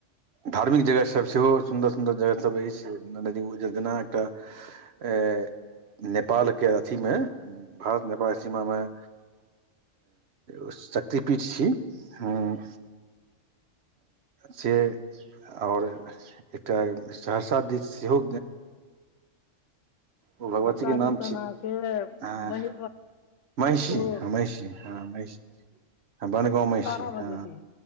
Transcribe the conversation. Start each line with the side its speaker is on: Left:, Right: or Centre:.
Right: धार्मिक जगह सब से हो सुन्दर सुन्दर जगह सब अछि नदी जेना एकटा ऐ नेपाल के अथी में भारत नेपाल सीमा में उस शक्तिपीठ छी हं से और एकटा सहरसा दिस सेहो ओ भगवती
Left: हरसा
Right: के नाम
Left: दिसन
Right: छी
Left: अहाँके
Right: ऐं
Left: महि
Right: महिषी
Left: ओ
Right: हं महिषी हँ महिषी बन गाँव महिषी
Left: तारा भगवती
Right: हाँ